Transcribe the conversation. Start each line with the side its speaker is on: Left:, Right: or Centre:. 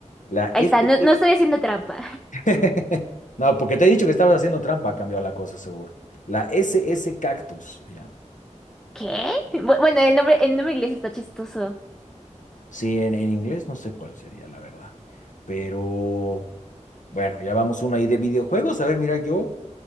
Left: La
Centre: Ahí
Left: S...
Centre: está, no,
Left: S
Centre: no estoy haciendo trampa.
Left: <laughs> No, porque te he dicho que estabas haciendo trampa, ha cambiado la cosa, seguro. La SS Cactus, se llama.
Centre: <laughs> ¿Qué? Bu- Bueno, el nombre, el nombre inglés está chistoso.
Left: Sí, en, en inglés no sé cuál sería, la verdad. Pero bueno, ya vamos una ahí de videojuegos. A ver, mira, yo